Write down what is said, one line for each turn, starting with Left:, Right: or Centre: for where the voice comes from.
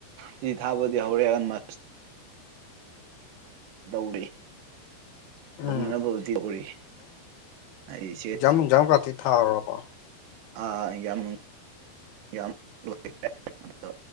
Right: ꯁꯤ ꯊꯥꯕꯗꯤ ꯍꯧꯔꯛꯑꯒꯅ ꯃꯥ ꯗꯧꯦ
Left: ꯎꯝ
Right: ꯑꯣꯅ ꯕꯨꯗꯤ ꯑꯣꯏ ꯑꯩꯦ
Left: ꯍꯛꯖꯥꯡ ꯅꯨꯡꯖꯥ ꯀꯥꯇꯤ ꯊꯥꯔꯕꯣ
Right: ꯑ ꯌꯥꯝ ꯌꯥꯝ ꯂ ꯑꯗꯣ